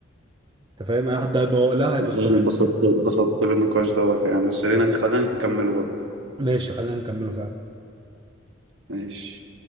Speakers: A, on the right (about 25°); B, on the right (about 60°).
A: انت فاهم اي حد هيبقى وقلها هيبقى
B: والله
A: صوته
B: أنا
A: حلو
B: اتبسطت اتبسطت بالنقاش دوت يعني بس خلينا
A: فاهم
B: خلينا نكمله
A: ماشي خلينا نكمله فعلا
B: ماشي